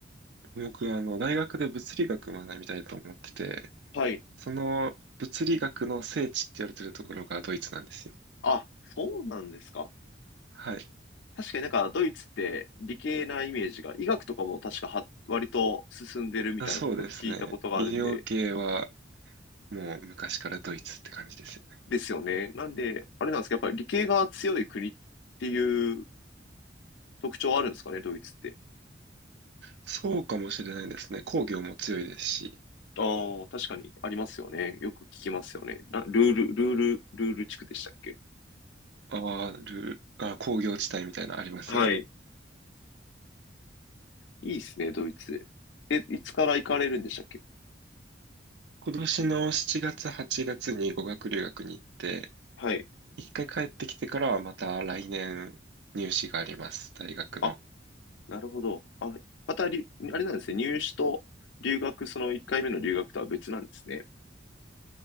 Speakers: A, on the right; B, on the left.
A: 僕はあの、大学で物理学を学びたいと思ってて、
B: はい。
A: その物理学の聖地って言われてるところがドイツなんですよ。
B: あ、そうなんですか。
A: はい。
B: 確かになんかドイツって理系なイメージが、医学とかも確かは割と進んでるみたいなことを聞いたことがあるんで、
A: あそうですね。医療系はもう昔からドイツって感じですよ
B: ですよね。なんで、あれなんですか、やっぱり理系が強い国っていう特徴あるんですかね、ドイツって。
A: そうかもしれないですね。工業も強いですし、
B: ああ、確かにありますよね。よく聞きますよね。なルール、ルール、ルール地区でしたっけ
A: あるあ、工業地帯みたいなのありますよね。
B: はい。いいっすね、ドイツ。え、いつから行かれるんでしたっけ
A: 今年の7月、8月に語学留学に行って、
B: はい。
A: 一回帰ってきてからはまた来年入試があります、大学の。
B: あ、なるほど。あ、またり、あれなんですね、入試と留学、その1回目の留学とは別なんですね。